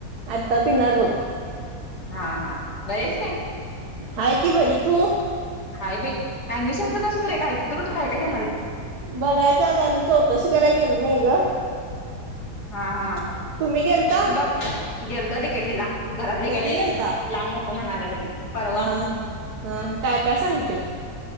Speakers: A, on the right; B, on the left.
A: आता पिणार बघ.
B: हा हा बरी आहेस काय.
A: हाय की बरी तू.
B: हाय बाई ऍडमिशनचं ग सत्रे कुठे कुठे काय काय घेणार आहे.
A: बघायचा आज अजून चौकशी करायला गेलो नाही ग.
B: हा हा.
A: तुम्ही गेलता
B: तुला गेलत डी के टी ला घरातली
A: कधी
B: काय लय
A: गेलता
B: लांब नको म्हणाल्यात बाई परवा
A: हा हा हा ह काय काय सांगित.